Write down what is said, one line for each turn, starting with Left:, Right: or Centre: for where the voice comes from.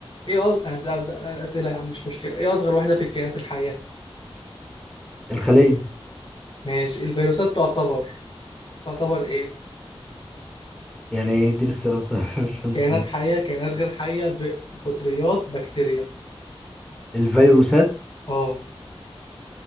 Left: ايه أص... هبدأ أنا الأسئلة يا عم مش مشكلة ايه أصغر واحدة في الكائنات الحية؟
Centre: الخلية
Left: ماشي الفيروسات تعتبر تعتبر ايه؟
Centre: يعني ايه دي الاختيارات <laughs> طيب، مش فاهم
Left: كائنات
Centre: السؤال
Left: حية كائنات غير حية ب- فطريات بكتيريا
Centre: الفيروسات
Left: اه